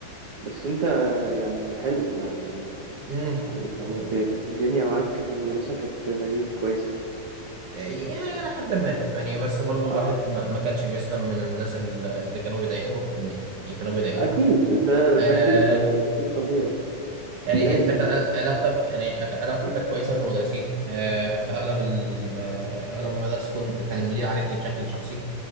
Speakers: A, on the right; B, on the right.
A: بس انت يعني حلو يعني
B: امم
A: يعني كانت
B: و- و-
A: كانت الدنيا معاك في المدرسة كانت لذيذة كويسة
B: يعني الى حد ما يعني بس برضو الواحد
A: اه
B: ما ما كانش بيسلم من الناس اللي كانوا بيضايقوه يعني كانوا بيضايقوك
A: اكيد ده
B: آه،
A: ده شيء آه شيء طبيعي
B: يعني
A: لازم
B: انت كان
A: يعني
B: عل- علاقتك يعني كان علاقتي كانت كويسه بالمدرسين آه، اغلب ال- آه، اغلب المدارس كنت كان المدير عارفني بشكل شخصي